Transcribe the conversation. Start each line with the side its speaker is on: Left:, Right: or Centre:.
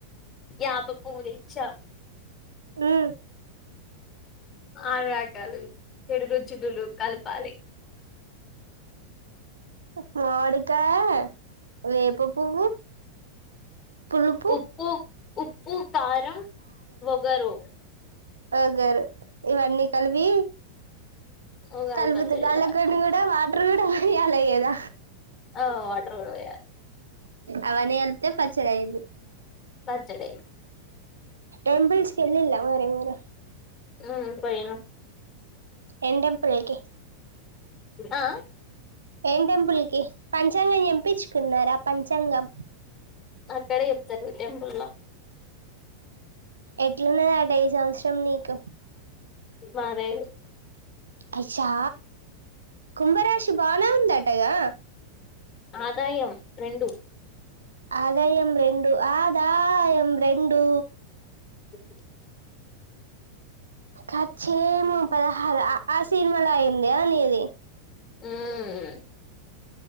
Left: యాప పువ్వు తెచ్చా.
Right: ఉమ్.
Left: ఆరు రకాలు చెడు రుచులు కలపాలి.
Right: మాడికాయ వేప పువ్వు. పులుపు
Left: ఉప్పు ఉప్పు కారం వగరు.
Right: వగరు ఇవన్ని కలిపి.
Left: ఉగాది
Right: కలుపుతూ
Left: పచ్చడి
Right: వల్ల
Left: చేయాలి
Right: కొని కూడా వాల్. రుడా యల ఎద.
Left: ఆ వాటర్ కూడా పోయాలి.
Right: అవన్నీ కల్పితే పచ్చడయిద్ది.
Left: పచ్చడి.
Right: ఆంబులెన్స్కి వెళ్ళ మరేమోర
Left: ఊ పోయినా
Right: ఏం టెంపుల్ కి
Left: ఆ
Right: ఏం టెంపుల్ కి పంచాంగం చంపించుకున్నారా పంచాంగం.
Left: అక్కడ చెప్తారు టెంపుల్లో
Right: ఎట్ల ఉన్నదటా ఈ సంవత్సరం నీకు
Left: మాదే
Right: అచ్చా కుంభరాజ్ బానే ఉందటగా
Left: ఆదాయం రెండు
Right: ఆదాయం రెండు ఆదాయం రెండు
Left: ఇ
Right: ఖచ్చేమో పదహారు ఆసీన్ మల్లా అయింద అనేది
Left: హ్మ్ ఉ